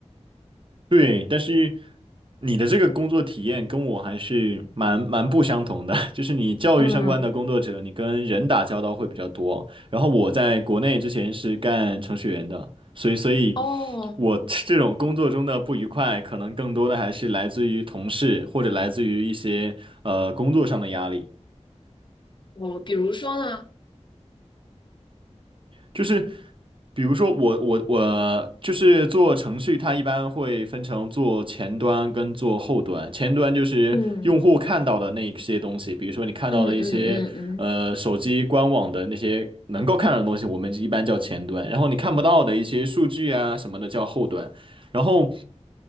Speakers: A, on the right (about 45°); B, on the left (about 40°).
A: 对，但是你的这个工作体验跟我还是蛮蛮不相同的，<laughs> 就是你教育相关的工作者，
B: 嗯
A: 你跟人打交道会比较多。然后我在国内之前是干程序员的，所以所以
B: 哦，
A: 我 <laughs> 这种工作中的不愉快，可能更多的还是来自于同事或者来自于一些呃工作上的压力。
B: 我比如说呢，
A: 就是比如说我我我就是做程序，它一般会分成做前端跟做后端。前端就是用户看到的那一些东西，
B: 嗯，
A: 比如说你看到的一些呃手机官网的那些能够看到的东西，
B: 嗯嗯嗯嗯，
A: 我们一般叫前端。然后你看不到的一些数据啊什么的叫后端。然后